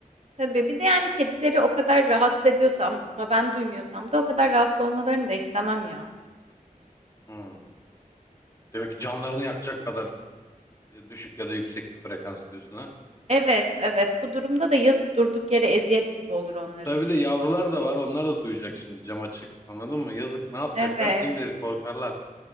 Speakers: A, on the right (about 50°); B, on the left (about 25°).
A: Tabii, bir de, yani, kedileri o kadar rahatsız ediyorsa ama ben duymuyorsam da o kadar rahatsız olmalarını da istemem ya.
B: Hmm. Demek ki canlarını yakacak kadar e, düşük ya da yüksek bir frekans diyorsun ha.
A: Evet, evet. Bu durumda da yazık durduk yere eziyet gibi olur onlar
B: Tabii
A: için.
B: de yavrular da var. Onlar da duyacak şimdi cam açık. Anladın mı? Yazık ne yapacaklar
A: Evet.
B: kim bilir korkarlar.